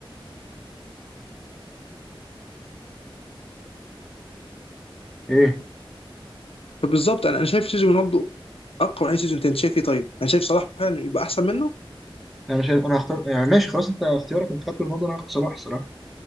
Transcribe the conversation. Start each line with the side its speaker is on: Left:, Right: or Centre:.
Centre: ايه
Left: فبالظبط انا انا شايف سيزون رونالدو اقوى من اي سيزون تاني انت شايف ايه طيب انا شايف صلاح فعلا يبقى احسن منه
Centre: انا شايف انا هختار يعني ماشي خلاص انت اختيارك انت خدت رونالدو انا هاخد صلاح الصراحة